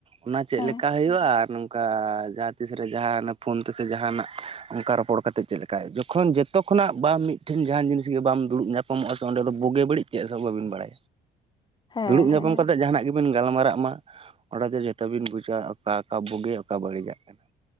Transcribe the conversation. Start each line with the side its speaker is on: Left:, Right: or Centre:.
Right: ᱚᱱᱟ ᱪᱮᱫ
Left: ᱦᱮᱸ
Right: ᱞᱮᱠᱟ ᱦᱩᱭᱩᱜᱼᱟ ᱟᱨ ᱱᱚᱝᱠᱟ ᱡᱟᱦᱟᱸᱼᱼ ᱛᱤᱥ ᱨᱮ ᱡᱟᱦᱟᱸᱱᱟᱜ ᱯᱷᱳᱱ ᱛᱮᱥᱮ ᱡᱟᱦᱟᱸᱱᱟᱜ ᱚᱱᱠᱟ ᱨᱚᱯᱚᱲ ᱠᱟᱛᱮᱜ ᱪᱮᱫ ᱞᱮᱠᱟᱭ ᱡᱚᱠᱷᱚᱱ ᱡᱚᱛᱚ ᱠᱷᱚᱱᱟᱜ ᱵᱟᱢ ᱢᱤᱫ ᱢᱤᱫᱴᱮᱱ ᱡᱟᱦᱟᱱ ᱡᱤᱱᱤᱥ ᱜᱮ ᱵᱟᱢ ᱫᱩᱲᱩᱵ ᱧᱟᱯᱟᱢᱚᱜᱼᱟ ᱚᱸᱰᱮ ᱫᱚ ᱵᱩᱜᱮ ᱵᱟᱹᱲᱤᱡ ᱪᱮᱫ ᱦᱚᱸ ᱵᱟᱹᱵᱤᱱ ᱵᱟᱲᱟᱭᱟ᱾
Left: <unintelligible> ᱦᱮᱸ
Right: ᱫᱩᱲᱩᱵ ᱧᱟᱯᱟᱢ
Left: ᱦᱮᱸ
Right: ᱠᱟᱛᱮ ᱡᱟᱦᱟᱱᱟᱜ ᱜᱮᱼᱼ ᱵᱤᱱ ᱜᱟᱞᱢᱟᱨᱟᱜ ᱢᱟ ᱚᱸᱰᱮ ᱫᱚ ᱡᱚᱛᱚ ᱵᱤᱱ ᱵᱩᱡᱟ ᱚᱠᱟ ᱚᱠᱟ ᱵᱩᱜᱤ ᱚᱠᱟ ᱵᱟᱹᱲᱤᱡᱟᱜ ᱠᱟᱱᱟ᱾